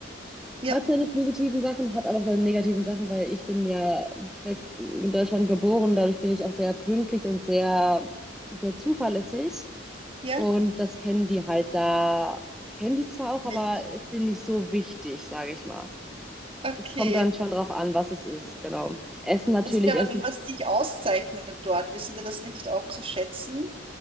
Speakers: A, on the right; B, in the centre.
A: Ja,
B: Hat seine positiven Sachen, hat aber auch seine negativen Sachen, weil ich bin ja weg in Deutschland geboren, dadurch bin ich auch sehr pünktlich und sehr, sehr zuverlässig.
A: ja,
B: Und das kennen die halt da, kennen die zwar auch,
A: nicht
B: aber
A: so.
B: ist denen nicht so wichtig, sage ich mal.
A: Okay.
B: Es kommt dann schon drauf an, was es ist, genau. Essen natürlich,
A: Das ist ja aber
B: Essen
A: dann, was dich auszeichnet dort. Wissen Sie das nicht auch zu schätzen?